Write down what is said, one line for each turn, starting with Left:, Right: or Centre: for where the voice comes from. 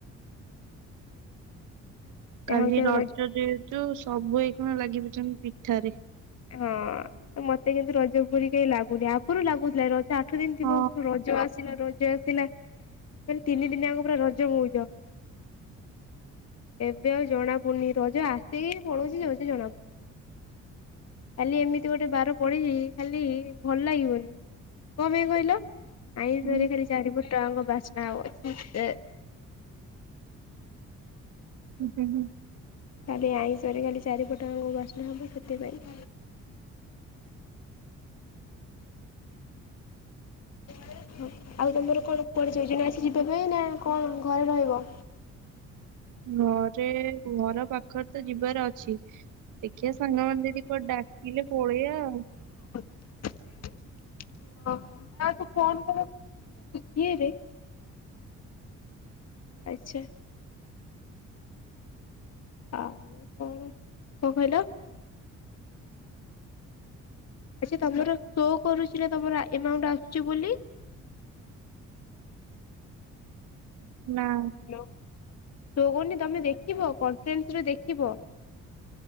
Left: ଯାହା
Right: କାଲି
Left: ହଉଛି ଆଉ
Right: ରଜ ଯେହେତୁ ସବୁ ଏଇଖୁଣା ଲାଗି ପଡିଚନ୍ତି ପିଠାରେ।
Left: ହଁ ମତେ କିନ୍ତୁ ରଜ ପୁରି କେଇ ଲାଗୁନି ଆଗୁରୁ ଲାଗୁଥିଲା ଏ ରଜ ଆଠ ଦିନି ଥିବ
Right: ହଁ
Left: ରଜ ଆସିଲା ରଜ ଆସିଲା ମାନେ ତିନି ଦିନି ଆଙ୍କ ପୁରା ରଜ ମଉଜ। ଏବେ ଆଉ ଜଣା ପଡ଼ୁନି ରଜ ଆସିକି ପଳଉଚି ଯାଉଚି ଜଣା ପଡୁନି। କାଲି ଏମିତି ଗୋଟେ ବାର ପଡିଚି କାଲି ଭଲ ଲାଗିବନି କଣ ପାଇଁ କହିଲ? ଆଇଁଷରେ
Right: ହୁଁ
Left: ଖାଲି ଚାରିପଟଆଙ୍କ ବାସ୍ନା ହବ ଏ।
Right: ହୁଁ ହୁଁ ହୁଁ।
Left: କାଲି ଆଇଁଷରେ କାଲି ଚାରିପଟଯାଙ୍କ ବାସ୍ନା ହବ ସେଥିପାଇଁ। <inaudible> ହଉ ଆଉ ତମର କଣ କୁଆଡେ ଯୋଜନା ଅଛି ଯିବା ପାଇଁ ନା କଣ ଘରେ ରହିବ?
Right: ଘରେ ଘର ପାଖରେ ତ ଯିବାର ଅଛି ଦେଖିଆ ସାଙ୍ଗମାନେ ଯଦି କୁଆଡେ ଡାକିିଲେ ପଳେଇଆ ଆଉ।
Left: ଅହ ଯାହାହଉ ତୁ ଫୋନ କରୁଚୁ <inaudible> ରେ। ଆଚ୍ଛା। ଆଉ କଣ କଣ କହିଲ ଆଚ୍ଛା ତମର ଶୋ କରୁଚି ନା ତମର ଆ ଏମାଉଣ୍ଟ୍ ଆସୁଚି ବୋଲି?
Right: ନାଁ।
Left: ହେଲୋ ଶୁଭୁନି ତମେ ଦେଖିବ କଲ୍ ଫେନ୍ସରେ ଦେଖିବ।